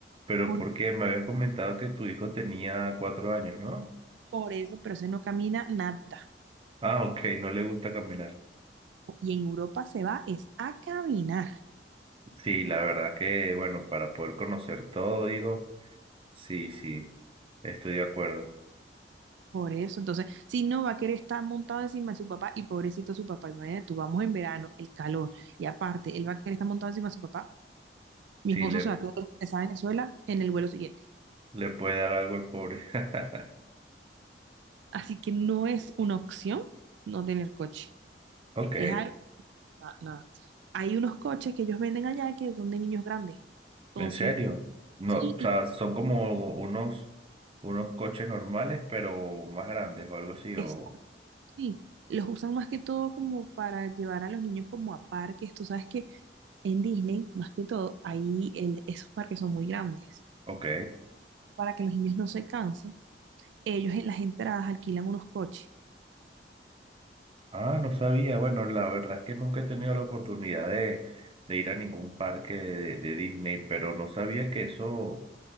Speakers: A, on the right; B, on the right.
A: Pero
B: Por,
A: porque me habías comentado que tu hijo tenía cuatro años, ¿no?
B: por eso, pero ese no camina nada.
A: Ah, ok, no le gusta caminar.
B: Y en Europa se va es a caminar.
A: Sí, la verdad que, bueno, para poder conocer todo, digo, sí, sí, estoy de acuerdo.
B: Por eso, entonces, si no va a querer estar montado encima de su papá, y pobrecito su papá, imagínate tú, vamos en verano, el calor, y aparte, él va a querer estar montado encima de su papá, mi
A: Sí,
B: esposo
A: le
B: se va a quedar regresado a Venezuela en el vuelo siguiente.
A: Le puede dar algo al pobre. <laughs>
B: Así que no es una opción no tener coche,
A: Ok,
B: es algo, na- nada. Hay unos coches que ellos venden allá que son de niños grandes, entonces,
A: en serio. No,
B: sí,
A: o sea,
B: y-
A: son como unos, unos coches normales, pero más grandes o algo así. O,
B: es- sí, los usan más que todo como para llevar a los niños como a parques, tú sabes que En Disney, más que todo, ahí el- esos parques son muy grandes.
A: ok.
B: Para que los niños no se cansen, ellos en las entradas alquilan unos coches.
A: Ah, no sabía. Bueno, la verdad es que nunca he tenido la oportunidad de, de ir a ningún parque de, de Disney, pero no sabía que eso.